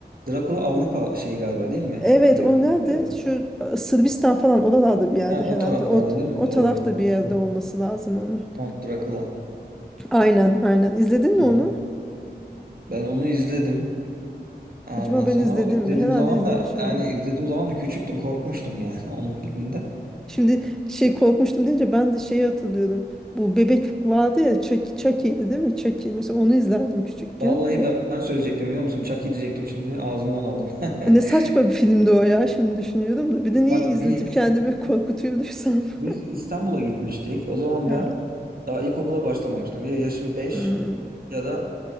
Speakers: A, on the right; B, in the centre.
A: Drakula Avrupa şeyi galiba değil mi?
B: Evet
A: E,
B: o
A: karakteri.
B: nerede? Şu e, Sırbistan falan oralarda bir yerde
A: Ha,
B: herhalde.
A: o taraflarda
B: O,
A: değil mi?
B: o
A: Doğru.
B: tarafta bir yerde
A: Aha.
B: olması lazım onun.
A: Count Dracula.
B: Aynen aynen. İzledin mi
A: Aha.
B: onu?
A: Ben onu izledim. Ondan
B: Acaba ben
A: sonra
B: izledim
A: o izlediğim
B: mi? Herhalde
A: zaman
B: izlemişimdir.
A: da yani izlediğim zaman da küçüktüm korkmuştum yani <laughs> onun filminden.
B: Şimdi şey korkmuştum deyince ben de şeyi hatırlıyorum. Bu bebek vardı ya Chucky, Chucky'ydi değil mi? Chucky. Mesela onu izlerdim küçükken.
A: Vallahi
B: Ko-
A: ben, ben söyleyecektim biliyor musun? Chucky diyecektim şimdi ağzımdan aldım.
B: Ne
A: <laughs>
B: saçma bir filmdi o ya şimdi düşünüyorum da. Bir de niye
A: Bak
B: izletip
A: bir
B: kendimi korkutuyorduysam. <laughs>
A: Biz İstanbul'a gitmiştik. O zaman
B: Hı
A: ben
B: hı.
A: daha ilkokula başlamamıştım. Ya yaşım beş
B: Hmm.
A: ya da